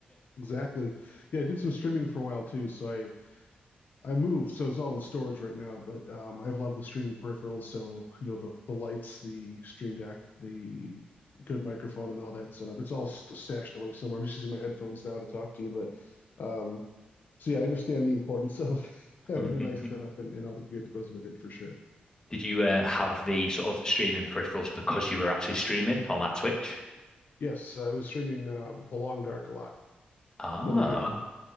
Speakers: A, on the left (about 60°); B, on the left (about 20°).
A: exactly. Yeah, I did some streaming for a while too, so I I moved, so it's all in storage right now, but um I have a lot of the streaming peripherals, so you know the the lights, the Stream Deck, the good microphone and all that set up. It's all st stashed away somewhere. I'm just using my headphones now to talk to you, but um so yeah, I understand the importance of <laughs> having
B: <laughs>
A: a nice setup and, and all the gear that goes with it for sure.
B: Did you uh, have the sort of streaming peripherals because you were actually streaming on that Twitch?
A: Yes, I was streaming um The Long Dark a lot,
B: Ah,
A: another game.